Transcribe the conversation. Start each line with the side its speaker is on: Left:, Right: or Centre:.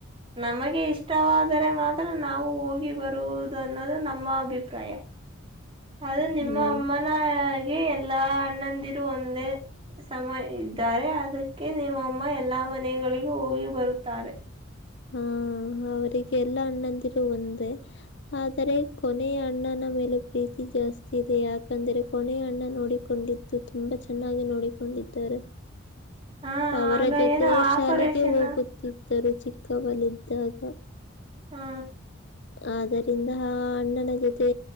Right: ನಮಗೆ ಇಷ್ಟವಾದರೆ ಮಾತ್ರ ನಾವು ಹೋಗಿ ಬರುವುದು ಅನ್ನೋದು ನಮ್ಮ ಅಭಿಪ್ರಾಯ ಅದು ನಿಮ್ಮ
Left: ನಮ್ಮ
Right: ಅಮ್ಮನೆ ಎಲ್ಲಾ ಅಣ್ಣಂದಿರು ಒಂದೇ ಸಮಯ ಇದ್ದಾರೆ ಅದಕ್ಕೆ ನಿಮ್ಮಮ್ಮ ಎಲ್ಲಾ ಮನೆಗಳಿಗೂ ಹೋಗಿ ಬರುತ್ತಾರೆ
Left: ಹ್ಮ ಅವರಿಗೆ ಎಲ್ಲಾ ಅಣ್ಣಂದಿರುೂ ಒಂದೇ ಆದರೆ ಕೊನೆಯ ಅಣ್ಣನ ಮೇಲೆ ಪ್ರೀತಿ ಜಾಸ್ತಿ ಇದೆ ಯಾಕಂದ್ರೆ ಕೊನೆಯ ಅಣ್ಣ ನೋಡಿಕೊಂಡಿದ್ದು ತುಂಬಾ ಚೆನ್ನಾಗಿ ನೋಡಿಕೊಂಡಿದ್ದಾರೆ
Right: ಹಾ
Left: ಅವರ
Right: ಆಗ
Left: ಜೊತೆಯೇ
Right: ಏನು
Left: ಶಾಲೆಗೆ
Right: ಆಪರೇಷನ್
Left: ಹೋಗುತ್ತಿದ್ದರು ಚಿಕ್ಕವಲ್ಲಿದ್ದಾಗ
Right: ಹ
Left: ಆದರಿಂದ ಅಣ್ಣನ ಜೊತೆ